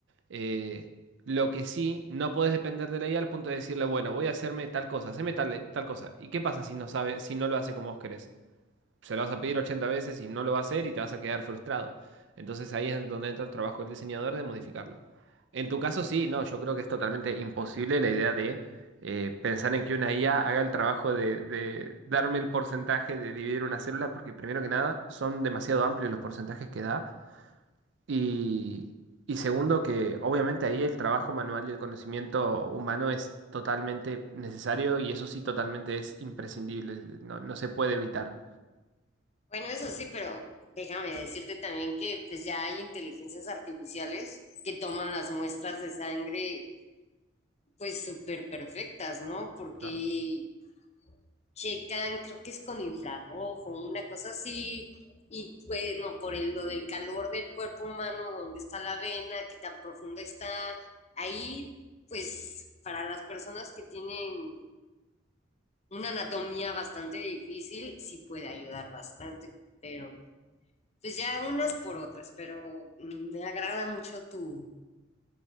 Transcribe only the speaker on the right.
Eh, lo que sí, no puedes depender de la IA al punto de decirle, bueno, voy a hacerme tal cosa, haceme tal, tal cosa. ¿Y qué pasa si no sabe, si no lo hace como vos querés? Se lo vas a pedir 80 veces y no lo va a hacer y te vas a quedar frustrado. Entonces ahí es donde entra el trabajo del diseñador de modificarlo. En tu caso, sí, no, yo creo que es totalmente imposible la idea de eh, pensar en que una IA haga el trabajo de, de darme el porcentaje de dividir una célula, porque primero que nada, son demasiado amplios los porcentajes que da y, y segundo, que obviamente ahí el trabajo manual y el conocimiento humano es totalmente necesario y eso sí totalmente es imprescindible, no, no se puede evitar.
Claro.